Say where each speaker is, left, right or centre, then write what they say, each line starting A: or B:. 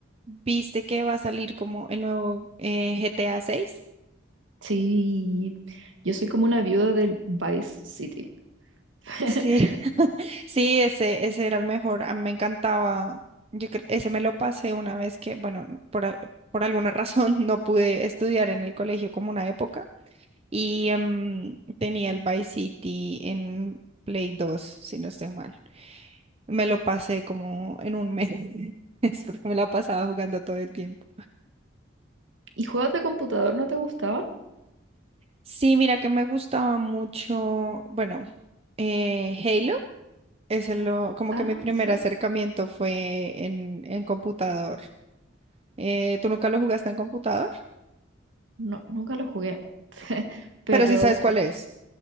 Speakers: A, on the right; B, on the right.
A: ¿Viste que va a salir como el nuevo eh, GTA 6?
B: Sí, yo soy como una viuda del Vice City. <laughs>
A: Sí, <laughs> sí, ese, ese era el mejor. A mí me encantaba. Yo cre- ese me lo pasé una vez que, bueno, por, a- por alguna razón <laughs> no pude estudiar en el colegio como una época y em, tenía el Vice City en Play 2 si no estoy mal. Me lo pasé como en un mes, <laughs> es porque me la pasaba jugando todo el tiempo.
B: ¿Y juegos de computador no te gustaban?
A: Sí, mira que me gustaba mucho, bueno, eh, Halo. Ese lo, como
B: Ah,
A: que mi primer
B: sí.
A: acercamiento fue en, en computador. Eh, ¿tú nunca lo jugaste en computador?
B: No, nunca los jugué. <laughs> Pero,
A: Pero sí sabes
B: ju-
A: cuál es.